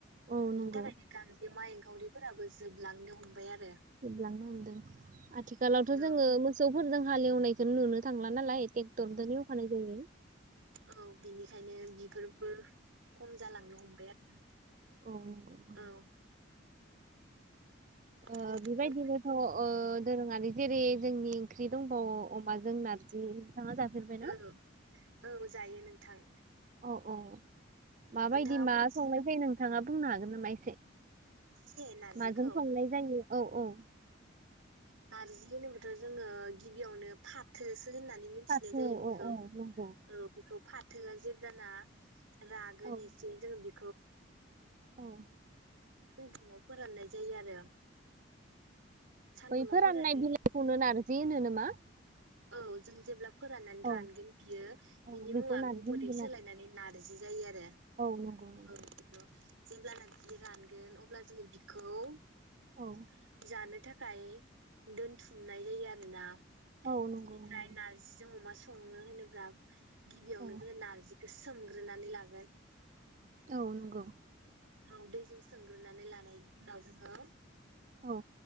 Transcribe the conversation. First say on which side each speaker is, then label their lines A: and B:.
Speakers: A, on the right; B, on the right.
A: औ
B: बिनि
A: नंगौ
B: थाखायनो गांजेमा एं खावरिफोराबो जोबलांनो हमबाय आरो
A: जोबलांनो हमदों आथिखालावथ'
B: औ
A: जोङो मोसौफोरजों हालेवनायखौनो नुनो थांला नालाय टेक्टरदों एवखानाय जायो
B: औ बिनिखायनो बिफोरबो खम जालांनो हमबाय आरो
A: औ नंगौ
B: औ।
A: ओ
B: आरो जोङो
A: बेबायदिनोथ' ओ दोरोङारि जेरै जोंनि ओंख्रि दंबावो अमाजों नारजि थाङा जाफेरबाय
B: औ
A: ना?
B: औ जायो नोंथां।
A: औ औ माबायदि
B: नोंथाङा
A: मा
B: मिथियो
A: संनाय
B: नामा
A: जायो नोंथाङा बुंनो हागोन? नामा एसे <inaudible>
B: एसे नारजिखौ
A: माजों संनाय जायो औ औ
B: नारजि होनोबथ' जोङो गिबियावनो फाथो होननानै मिथिनाय
A: फाथो
B: जायो बिखौ
A: औ
B: ओ
A: औ नंगौ
B: बिखौ फाथोआ जेबजाना रागोन
A: औ
B: एसे जोङो <unintelligible>
A: औ
B: सानदुंआव फोराननाय जायो आरो सान्दुङाव
A: बैफोर
B: फोरानो
A: राननाय बिलाइखौनो नारजि होनो नामा?
B: औ जों जेब्ला फोराननानै
A: औ
B: रानगोन बियो
A: औ
B: बिनि
A: बेखौ
B: मुङा
A: नारजि
B: गुबुनै
A: होनगोन
B: सोलायनानै
A: आरो
B: नारजि जायो आरो
A: औ नंगौ नंगौ
B: औ बेखौ जेब्लाना बि रानगोन अब्ला जोङो बिखौ <inaudible>
A: औ
B: जानो थाखाय दोनथुमनाय जायो आरोना
A: औ नंगौ
B: बिनिफ्राय
A: नंगौ
B: नारजिजों अमा स संनो होनोब्ला गिबियावनो
A: औ
B: जोङो नारजिखौ सोमग्रोनानै लागोन गोन
A: औ नंगौ
B: औ दै जौ सोंग्रोनानै लानायनि उनाव जोङो
A: औ